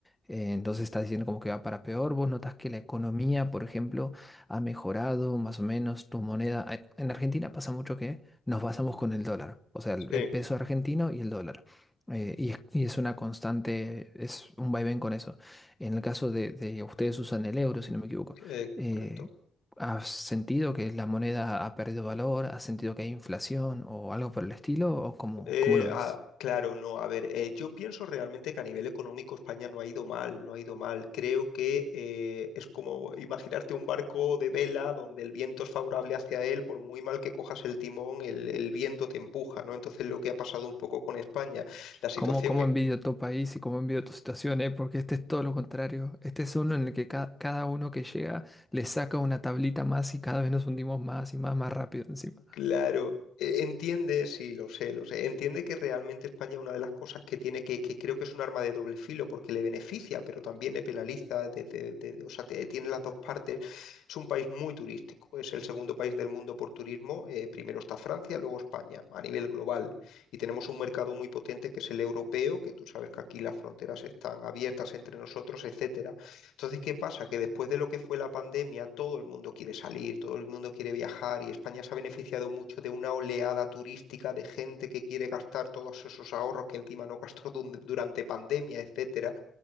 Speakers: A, in the centre; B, on the left (about 80°).
A: eh, entonces estás diciendo como que va para peor. ¿Vos notás que la economía, por ejemplo, ha mejorado más o menos tu moneda? eh, En Argentina pasa mucho que nos basamos con el dólar, o sea, el,
B: <laughs> Sí.
A: el peso argentino y el dólar. Eh, y, es, y es una constante, es un vaivén con eso. En el caso de, de ustedes usan el euro, si no me equivoco.
B: Eh,
A: Eh,
B: correcto.
A: ¿has sentido que la moneda ha perdido valor? ¿Has sentido que hay inflación o algo por el estilo? ¿O cómo,
B: Eh,
A: cómo lo ves?
B: ah, claro, no, a ver, eh, yo pienso realmente que a nivel económico España no ha ido mal, no ha ido mal. Creo que eh, es como imaginarte un barco de vela donde el viento es favorable hacia él, por muy mal que cojas el timón, el, el viento te empuja, ¿no? Entonces lo que ha pasado un poco con España, la situación...
A: ¿Cómo, cómo
B: e
A: envidio tu país y cómo envidio tu situación, eh? Porque este es todo lo contrario. Este es uno en el que ca- cada uno que llega le saca una tablita más y cada vez nos hundimos más y más, más rápido encima.
B: Claro, e- entiende, sí, lo sé, lo sé. Entiende que realmente España una de las cosas que tiene que, que creo que es un arma de doble filo porque le beneficia, pero también le penaliza, desde, de- o sea, te- tiene las dos partes. Es un país muy turístico, es el segundo país del mundo por turismo. eh, primero está Francia, luego España, a nivel global. Y tenemos un mercado muy potente que es el europeo, que tú sabes que aquí las fronteras están abiertas entre nosotros, etcétera. Entonces, ¿qué pasa? Que después de lo que fue la pandemia, todo el mundo quiere salir, todo el mundo quiere viajar y España se ha beneficiado mucho de una oleada turística de gente que quiere gastar todos esos ahorros que encima no gastó dun- durante pandemia, etcétera,